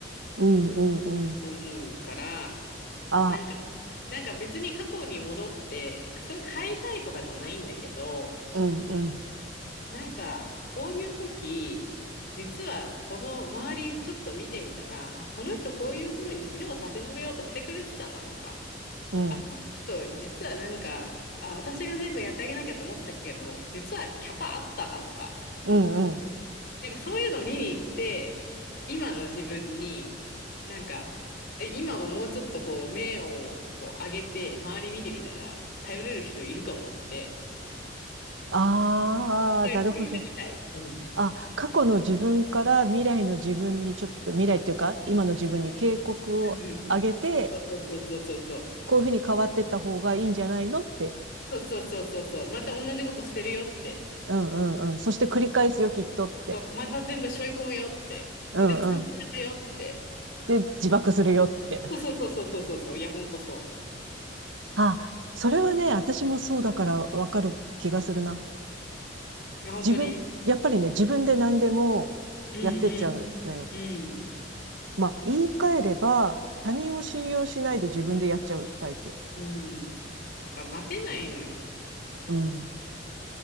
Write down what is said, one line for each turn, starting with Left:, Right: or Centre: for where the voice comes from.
Right: うん、うん。うん
Left: と思うから、
Right: ああ、
Left: なんか、なんか別に過去に戻って、それを変えたいとかじゃないんだけど、
Right: うん、うん、
Left: なんかこういう時、実はこの周りちょっと見てみたら、あ、この人こういうふうに手を差し伸べようとしてくれてたなとか、
Right: うん、
Left: あ、この人、実はなんか、あ、私が全部やってあげなきゃって思ってたけど、実はキャパあったなとか、
Right: うん、うん。
Left: なんかそういうの見に行って、今の自分に、なんか、え今ももうちょっとこう、目をこう上げて、周り見てみたら、頼れる人いるかもって、
Right: ああ、
Left: 頼れるようになりたい。
Right: なるほど。
Left: うん。うん
Right: あ、過去の自分から未来の自分にちょっと、未来っていうか、今の自分に警告をあげて、
Left: うんそうそうそうそうそう。
Right: こういうふうに変わっていった方がいいんじゃないのって。
Left: そうそうそうそうそう。また同じことしてるよって。
Right: うんうんうん。そして繰り返すよ、きっとって。
Left: そうまた全部背負い込むよって。
Right: うんうん。
Left: で、疲れちゃうよって。
Right: で、自爆するよって。
Left: そうそうそうそうそうそうそう。いや、ほんとそう。
Right: あ、それはね、私もそうだからわかる気がするな。
Left: いや、本当に。
Right: 自分、やっぱりね、自分で何でも
Left: うんうんうん
Right: やってっちゃうのよ。まあ、言い換えれば、他人を信用しないで自分でやっちゃうタイプ。
Left: うん。なんか待てないのよ。
Right: うん。